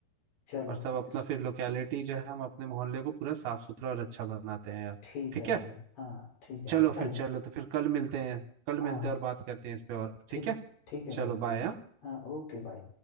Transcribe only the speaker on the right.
और सब अपना
फिर लोकेलिटी जो है हम अपने मोहल्ले को पूरा साफ सुथरा और अच्छा बनाते हैं यार
ठीक
है
चलो
फिर
चलो तो फिर कल मिलते हैं कल
मिलते हैं और बात करते हैं इस पे और
ठीक है
चलो
बाय